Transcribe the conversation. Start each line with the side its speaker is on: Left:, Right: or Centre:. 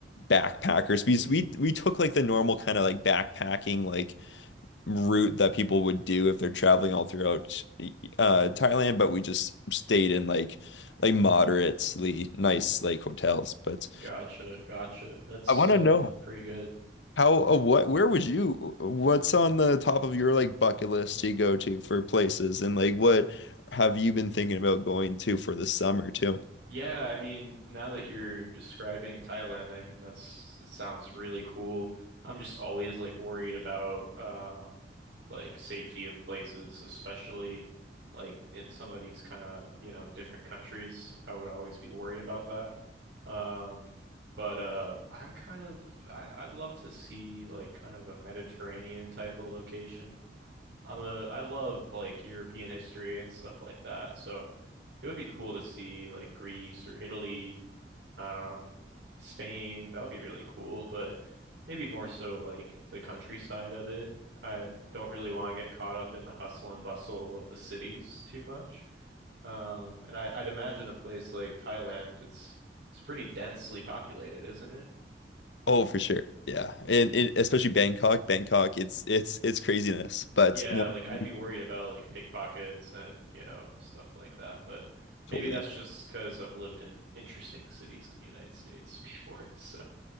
Left: backpackers because we we took like the normal kind of like backpacking like route that people would do if they're traveling all throughout uh Thailand, but we just stayed in like like moderately nice like hotels. But
Right: Gotcha, gotcha. That's
Left: I want
Right: uh
Left: to know
Right: pretty good.
Left: how uh, what where would you what's on the top of your like bucket list to go to for places and like what have you been thinking about going to for the summer too?
Right: Yeah, I mean, now that you're describing Thailand, I mean, that's it sounds really cool. I'm just always like worried about uh like safety of places, especially like in some of these kind of, you know, different countries. I would always be worried about that. Um but uh I'm kind of I, I'd love to see like kind of a Mediterranean type of location. I'm a I love like European history and stuff like that. So it would be cool to see like Greece or Italy, um, Spain. That would be really cool, but maybe more so like the countryside of it. I don't really want to get caught up in the hustle and bustle of the cities too much. Um, and I, I'd imagine a place like Thailand, it's it's pretty densely populated, isn't it?
Left: Oh, for sure. Yeah. And, and especially Bangkok. Bangkok, it's it's it's craziness. But
Right: Yeah,
Left: once
Right: like I'd
Left: you
Right: be worried about like pickpockets and, you know, stuff like that, but maybe
Left: totally
Right: that's just because I've lived in interesting cities in the United States <laughs> before, so.